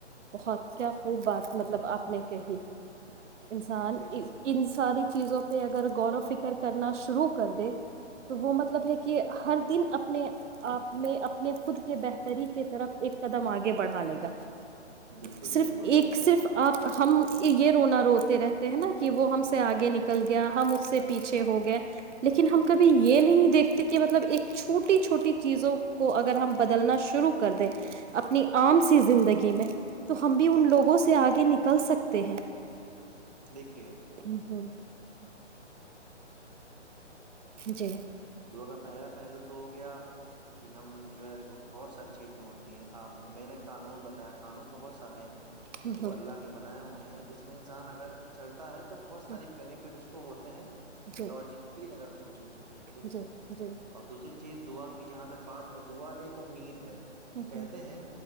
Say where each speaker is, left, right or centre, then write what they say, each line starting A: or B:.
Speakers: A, on the right (about 80°); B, on the right (about 35°).
A: بہت کیا خوب بات مطلب آپ نے کہی انسان
B: جی جی
A: ان ساری چیزوں پہ اگر غور و فکر کرنا شروع کر دے تو وہ مطلب ہے کہ ہر دن اپنے آپ میں اپنے خود کے بہتری کی طرف ایک قدم آگے بڑھا لے گا
B: بالکل
A: صرف
B: صحیح بول
A: ایک
B: رہی ہیں
A: صرف آپ ہم یہ رونا روتے رہتے ہیں نا کہ وہ ہم سے آگے نکل گیا ہم اس سے پیچھے ہو گئے لیکن ہم کبھی
B: جی
A: یہ نہیں دیکھتے کہ مطلب ایک چھوٹی چھوٹی چیزوں کو اگر اگر ہم بدلنا شروع کر دیں اپنی عام س زندگی میں تو ہم بھی ان لوگوں سے آگے نکل سکتے تے ہیں
B: دیکھیے
A: ہوں ہوں
B: یک
A: جی
B: جو کا پہلا پہلو تو گیا کہ ہم جو ہے بہت ساری چیزیں ہوتی ہیں آپ نے میں نے قانون بتایا قانون بہت سارے ہیں
A: ہوں
B: جو
A: ہوں
B: اللہ کے بنایا ہو ہیں جس میں اگر چلتا ہے تو بہت ساری
A: ہوں
B: بینفٹ اس کوت ہے
A: جی
B: لاجکلی اگر سوچے تو ٹھیک
A: جی جی
B: اور دوسری چیز دعا کی جہاں ک بعات ہے دعا ایک امید ہے
A: ہوں
B: کہتے
A: ہوں
B: ہیں